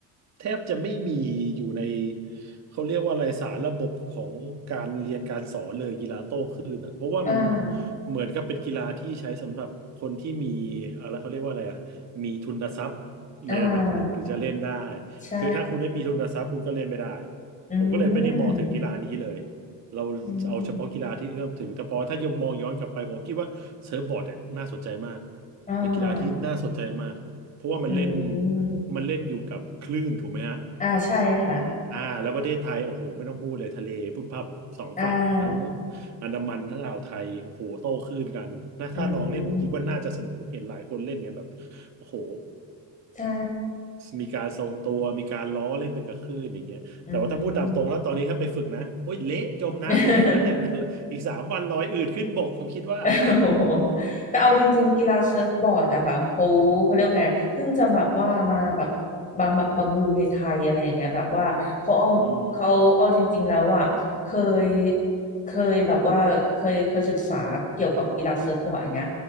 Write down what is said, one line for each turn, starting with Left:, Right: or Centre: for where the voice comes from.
Right: แทบจะไม่มีอยู่ในเขาเรียกว่าอะไรสารระบบของการเรียนการสอนเลยกีฬาโต้ อ่ะเพราะว่ามัน
Left: อ่า
Right: เหมือนกับเป็นกีฬาที่ใช้สำหรับคนที่มีอะไรเขาเรียกว่าอะไรอ่ะมีทุนทรัพย์ในระดับหนึ่งถึงจะเล่นได้
Left: อ่าใช่
Right: คือถ้าคุณไม่มีทุนทรัพย์คุณก็เล่นไม่ได้
Left: อื
Right: ผมก็เลยไม่ได้มองถึงกีฬานี้เลย
Left: ม
Right: เราเอาเฉพาะกีฬาที่เอื้อมถึงแต่พอถ้ายมมองย้อนกลับไปผมคิดว่าเซิร์ฟบอร์ดเนี่ยน่าสนใจมาก
Left: อืมอ่า
Right: เป็นกีฬาที่น่าสนใจมากเพราะว่ามันเล่น
Left: อืม
Right: มันเล่นอยู่กับคลื่นถูกไหมฮะ
Left: อ่าใช่ค่ะ
Right: อ่าแล้วประเทศไทยโอ้โหไม่ต้องพูดเลยทะเลพุบพับสองฝั่งทั้ง
Left: อ่า
Right: อันดามันทั้งอ่าวไทยโอ้โหโต้คลื่นกันนะถ้าลองเล่นผมคิดว่าน่าจะสนุกผมเห็นหลายคนเล่นกันแบบโอ้โห
Left: อืมใช่
Right: มีการทรงตัวมีการล้อเล่นไปกับคลื่นอย่างเงี้ยแต่ว่าถ้าพูดตามตรงแล้วตอนนี้ถ้าไปฝึกนะโอ้ยเละจมน้ำอยู่แถวนั้นแหละ
Left: อืม <laughs>
Right: <laughs> อีกสามวันลอยอืดขึ้นบกผมคิดว่า
Left: <laughs> โอ้โหแต่เอาจริงๆกีฬาเซิร์ฟบอร์ดอะค่ะเขาเขาเรียกว่าไงเพิ่งจะแบบว่ามาแบบมามามาบูมในไทยอะไรอย่างเงี้ยแบบว่าเขาเอาเขาเอาจริงๆแล้วอะเคย
Right: <laughs> อืม
Left: เคยแบบว่าเคยเคยศึกษาเกี่ยวกับกีฬาเซิร์ฟบอร์ดอันเนี้ย